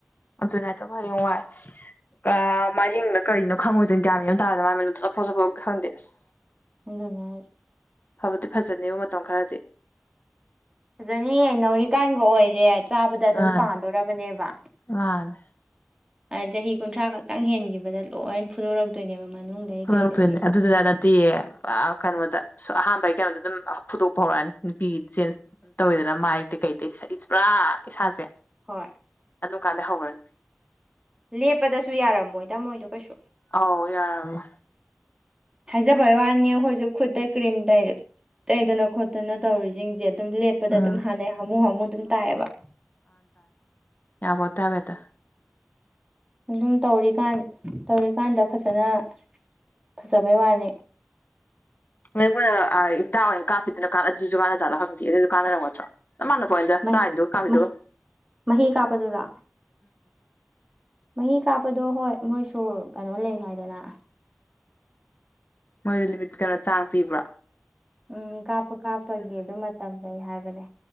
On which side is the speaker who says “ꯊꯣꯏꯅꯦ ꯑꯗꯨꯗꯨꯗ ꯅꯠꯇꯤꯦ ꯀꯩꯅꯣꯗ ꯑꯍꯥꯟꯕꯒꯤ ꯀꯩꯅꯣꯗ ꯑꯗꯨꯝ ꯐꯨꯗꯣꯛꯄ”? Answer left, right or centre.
Left